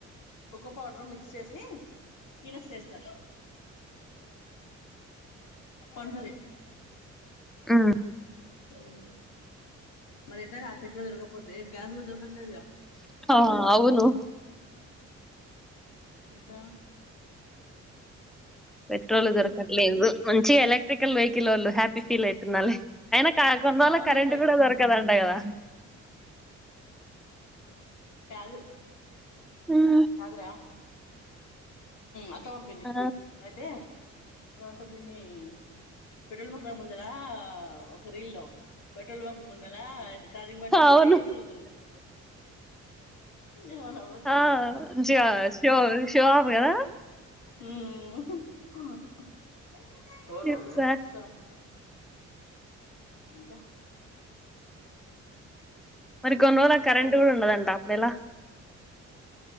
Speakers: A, on the left (about 85°); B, in the centre.
A: కోకో పౌడర్ మిక్స్ చేసి పీినట్స్ వేస్త సూపర్ ఉంటది
B: ఆ
A: హుమ్మ్ మరి ఎట్లా ఆపెట్లా దొరకపోతే గ్యాస్ కూడా దొరకట్లేదుగా
B: హ అవును
A: ఎంత
B: పెట్రోల్ దొరకట్లేదు
A: ఉమ్
B: మంచిగా ఎలక్ట్రికల్ వెహి కిల్ వాళ్ళు హ్యాపీ ఫీల్ అవుతున్నాాలే అయినా కొన్ని రోళ్ళకు
A: అవును
B: కరెంట్
A: పెట్
B: కూడా దొరకదంట కదా
A: కాదు
B: ఉమ్.
A: కాదురా అత్త పంపింది
B: ఆ
A: అయితే ఏమంటాారు దీన్ని పెట్రోల్ బంక్ల ముందరా ఒక రీలో పెట్రోల్ బంక్ ముందలా చార్జింగ్ బండోళ్లు ఒకటే
B: అవును
A: తిరుగుతూర్రు ఎమ నవ్వొచ్చింది
B: ఆ
A: నాకు
B: మంచిగా షో షోవోఫ్ కద
A: మ్
B: తెలుసా
A: ఇంకా
B: మళ్ళీ కొన్ని రోజులకి
A: చెప్పాలి
B: కరెంట్ కూడా ఉండదంట అప్పుడేలా